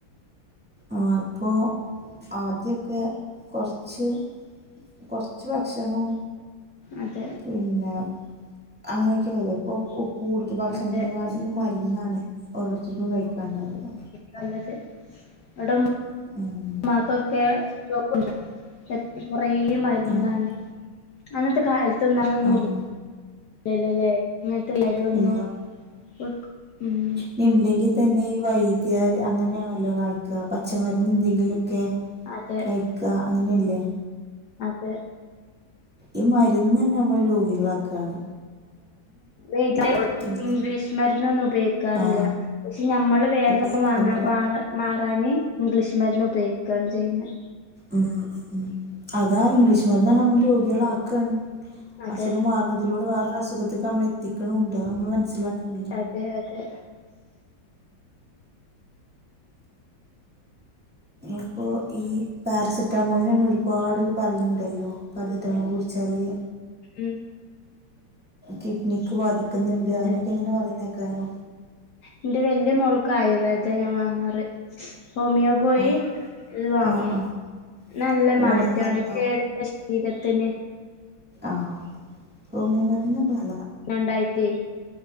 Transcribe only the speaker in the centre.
ആഹ് ഇപ്പോ ആദ്യൊക്കെ കൊർച്ച് കൊർച്ച് ഭക്ഷണും
പിന്നെ അങ്ങെനെക്കെയ്ത് ഇപ്പോ കു കൂടുത ഭക്ഷണത്ത്നെ
കാട്ടിലും മര്ന്നാണ് ഓരോര്ത്തര്ക്കും കയ്ക്കാണ്ടാവാ
ഊം
ആഹ്
ആഹ്
എല്ലാം
ഞ്ഞ് ഇണ്ടെങ്കി തന്നെ ഈ വൈദ്യാര് അങ്ങെനേണല്ലോ കാണിക്കാ പച്ചമരുന്ന്ന്ത്ങ്കിലൊക്കെ
കയ്ക്കാ അങ്ങെനെല്ലേ
ഈ മരുന്നെന്നെ മ്മളെ രോഗികളാക്കാണ്
എങ്കിൽ
ആഹ്
ഉപയോഗിക്കാറില്ല
ആഹ് ആഹ് അതാ ഇംഗ്ലീഷ് മര്ന്നാണ് നമ്മെളെ രോഗികളാക്കാണ്
അസുഖം മാറ്ന്നതിലൂടെ വേറൊരസുഖത്ത്ക്ക് അമ്മെളെ എത്തിക്ക്ണൂണ്ട് അത് അമ്മെള് മൻസ്സ്ലാക്ക്ണ്ല്ലാ
ഇപ്പൊ ഈ പാരസിറ്റാമോൾനെന്നെ ഒരുപാട് പറയ്ന്ന്ണ്ടല്ലോ പാരസിറ്റാമോള്
കുട്ച്ചാല്
കിഡ്നിക്ക് ബാധി ക്ക്ന്ന്ണ്ട് അതിനൊക്കെ
ഇങ്ങെനെ പറയ്ണേക്കാലോ
ആഹ്
ആഹ് ആഹ്
ഹോമിയോ
മരുന്നാവും
ആഹ് ഹോമിയോ മര്ന്നൊക്കെ നല്ലെതാ